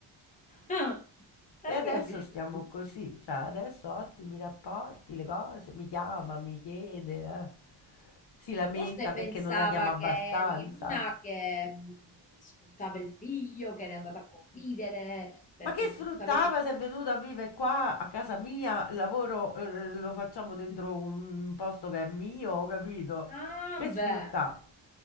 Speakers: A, on the left (about 15°); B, on the left (about 60°).
A: <laughs> Hai
B: e adesso
A: capito
B: stiamo
A: tu?
B: così, cioè adesso ottimi rapporti, le cose, mi chiama, mi chiede, eh. Si lamenta
A: Forse
B: perché
A: pensava
B: non la chiama abbastanza.
A: che eri una che... mm, Sfruttava il figlio, che era andata a convivere, perché
B: Ma che sfruttava
A: comunque avevi
B: se è venuto a vivere qua a casa mia, il lavoro eh, lo facciamo dentro un posto che è mio, ho capito?
A: Ah,
B: Che sfrutta?
A: beh,